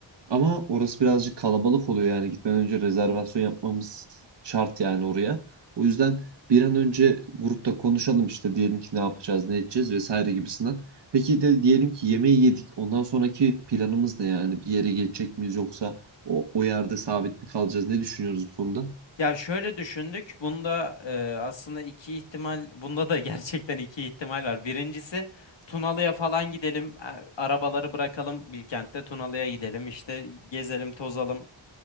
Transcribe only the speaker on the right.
Ama orası birazcık kalabalık oluyor yani gitmeden önce rezervasyon yapmamız şart yani oraya. O yüzden bir an önce grupta konuşalım işte diyelim ki ne yapacağız, ne edeceğiz vesaire gibisinden. Peki de diyelim ki yemeği yedik. Ondan sonraki planımız ne yani? Bir yere geçecek miyiz yoksa o, o yerde sabit mi kalacağız? Ne düşünüyoruz bu konuda?